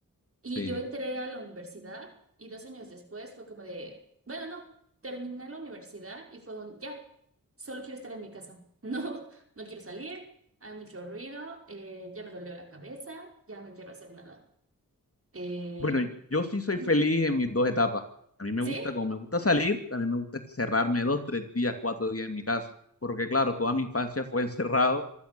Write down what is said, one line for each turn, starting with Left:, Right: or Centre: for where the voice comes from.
Right: Y
Left: sí.
Right: yo entré a la universidad y dos años después fue como de, bueno, no, terminé la universidad y fue un, ya, solo quiero estar en mi casa. <laughs> No, no quiero salir, hay mucho ruido, eh, ya me dolió la cabeza, ya no quiero hacer nada. Eh,
Left: Bueno, yo sí soy
Right: ujú.
Left: feliz en mis dos etapas. A mí me
Right: ¿sí?
Left: gusta, como me gusta salir, también me gusta cerrarme dos, tres días, cuatro días en mi casa. Porque claro, toda mi infancia fue <laughs> encerrado